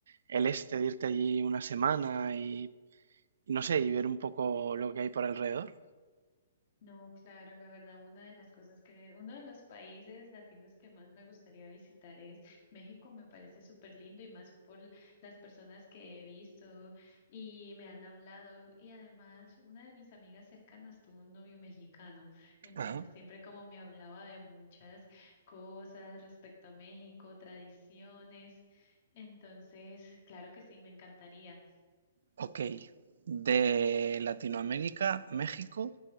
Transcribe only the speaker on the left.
No, claro, la verdad, una de las cosas que, uno de los países latinos que más me gustaría visitar es México, me parece súper lindo y más por l- las personas que he visto y me han hablado y además una de mis amigas cercanas tuvo un novio mexicano, entonces
siempre como me hablaba de muchas cosas respecto a México, tradiciones, entonces, claro que sí, me encantaría.